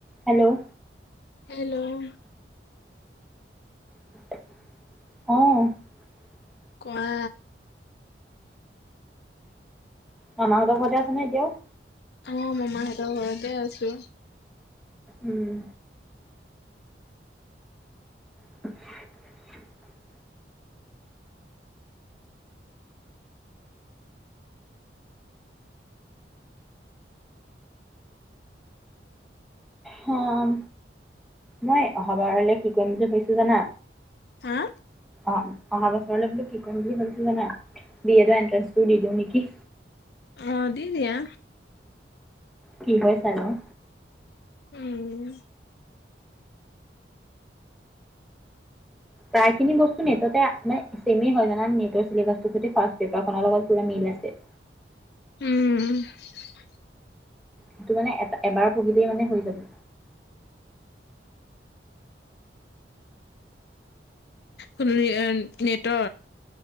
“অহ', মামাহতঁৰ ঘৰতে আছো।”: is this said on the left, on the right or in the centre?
Left